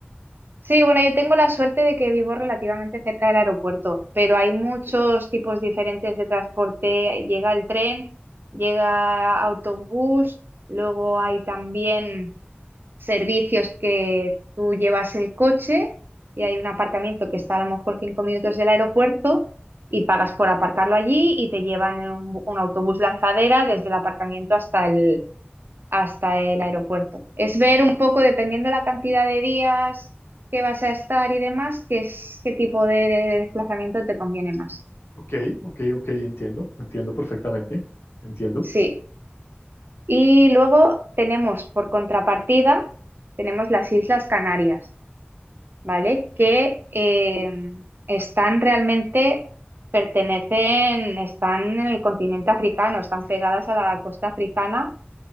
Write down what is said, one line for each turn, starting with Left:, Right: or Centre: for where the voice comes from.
Right: sí, bueno, yo tengo la suerte de que vivo relativamente cerca del aeropuerto, pero hay muchos
Left: Ok,
Right: tipos diferentes de transporte. Llega el tren, llega autobús, luego hay también servicios que tú llevas el coche y hay un aparcamiento que está a lo mejor cinco minutos del aeropuerto y pagas por aparcarlo allí y te llevan en un, un autobús lanzadera desde el aparcamiento hasta el, hasta el aeropuerto. Es ver un poco, dependiendo la cantidad de días que vas a estar y demás, qué es, qué tipo de, de desplazamiento te conviene más.
Left: ok, ok, ok, entiendo, entiendo perfectamente, entiendo.
Right: Sí. Y luego tenemos por contrapartida, tenemos las Islas Canarias ¿vale? Que eh, están realmente, pertenecen, están en el continente africano, están pegadas a la costa africana,